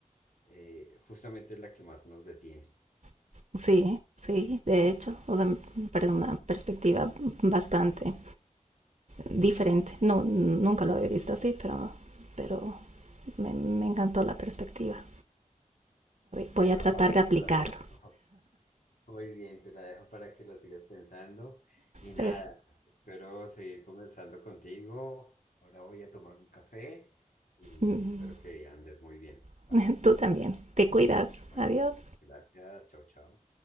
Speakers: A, on the left; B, on the right.
A: eh, justamente es la que más nos detiene.
B: <laughs> sí, sí, de hecho, o sea, me parece una perspectiva bastante diferente. No, nunca lo había visto así, pero, pero me, me encantó la perspectiva. Voy-
A: Bueno,
B: a tratar
A: ahí
B: de aplicarlo.
A: te lo dejo. Muy bien, te la dejo para que la sigas pensando. Y nada,
B: Pero,
A: espero seguir conversando contigo. Ahora voy a tomar un café y
B: mm,
A: espero que andes muy bien,
B: <laughs>
A: ¿va?
B: Tú también. Te cuidas.
A: Bueno,
B: Adiós.
A: gracias, chao, chao.